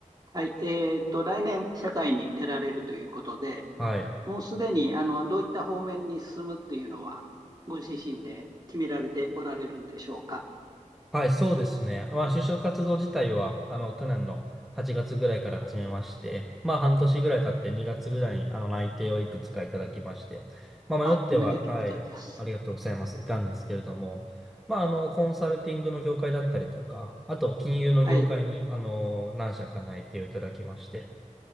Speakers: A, on the right; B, in the centre.
A: はい。えーっと、来年、社会に出られるということで、
B: はい。
A: もうすでに、あの、どういった方面に進むっていうのは、ご自身で決められておられるんでしょうか。
B: はい、そうですね。まあ、就職活動自体は、あの、去年の8月ぐらいから始めまして、まあ、半年ぐらい経って2月ぐらいに、あの、内定をいくつかいただきまして、まあ、迷っては、
A: あ、おめでとうございます。
B: はい、ありがとうございます。いたんですけれども、まあ、あの、コンサルティングの業界だったりとか、あと、金融の業界に、
A: はい。
B: あの、何社か内定をいただきまして、